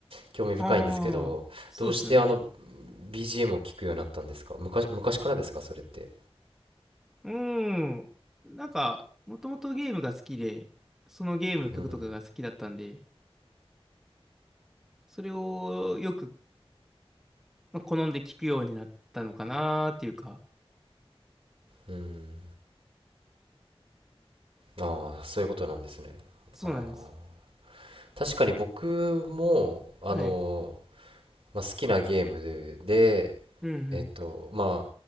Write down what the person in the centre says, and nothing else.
ああ、そうっすよね。
うん。なんか、もともとゲームが好きで、そのゲームの曲とかが好きだったんで、
それをよく、まあ、好んで聴くようになったのかなーっていうか、
そうなんです。
はい。
うん